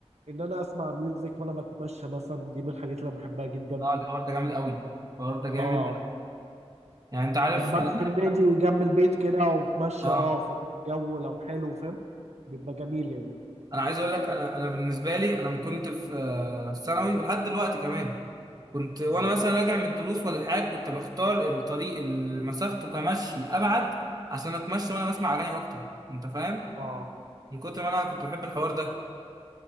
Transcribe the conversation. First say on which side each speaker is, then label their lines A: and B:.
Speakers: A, on the right (about 80°); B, on the right (about 35°).
A: ان انا اسمع ميوزك وانا بتمشى مثلا دي من الحاجات اللي انا بحبها جدا
B: اه الحوار ده جامد قوي الحوار ده جامد
A: اه
B: يعني انت عارف
A: يعني بروح
B: انا
A: النادي جنب البيت كده وبتمشى
B: اه
A: اه في الجو لو حلو فاهم بيبقى جميل يعني
B: انا عايز اقول لك انا انا بالنسبه لي انا لما كنت في آه، في ثانوي ولحد دلوقتي كمان كنت وانا
A: اه
B: مثلا راجع من الدروس ولا حاجه كنت بختار الطريق اللي مسافته كمشي ابعد عشان اتمشى وانا بسمع اغاني اكتر انت فاهم
A: اه
B: من كتر ما انا كنت بحب الحوار ده